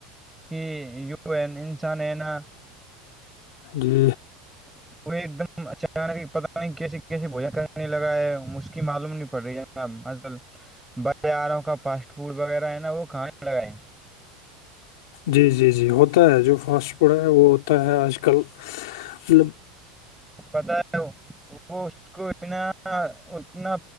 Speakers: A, in the centre; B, on the left.
A: کہ یو ا انسان ہے نا
B: جی
A: ہ وہ ایک دم اچانانک پتا نہیں کیسے کیسے بوجن کرنے لگا ہے مش کی معلوم نہیں پڑ رہی ہے کیا آج کل بازاروں کا فاسٹ فوڈ وغیرہ ہے نا وہ کھانے لگائے
B: جی جی جی ہوتا ہے جو فاسٹ فوڈ ہے وہ ہوتا ہے آج کل مطلب
A: پتا ہے وہ اس کو اتنا اتنا